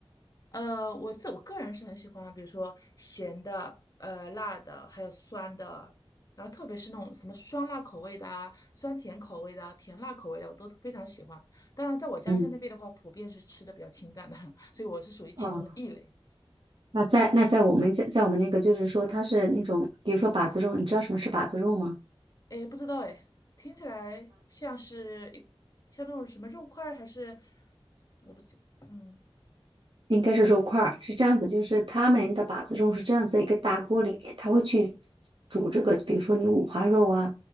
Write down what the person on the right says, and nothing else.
嗯，
哦，那在那在我们在在我们那个就是说它是那种，比如说把子肉，你知道什么是把子肉吗？
应该是肉块儿，是这样子，就是他们的把子肉是这样子一个大锅里面，他会去煮这个，比如说你五花肉啊，